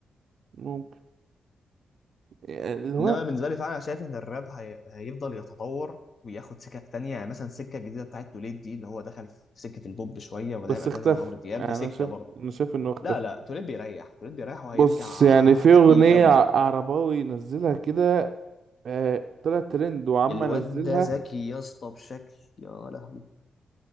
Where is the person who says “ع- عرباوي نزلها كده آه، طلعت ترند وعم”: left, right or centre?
Right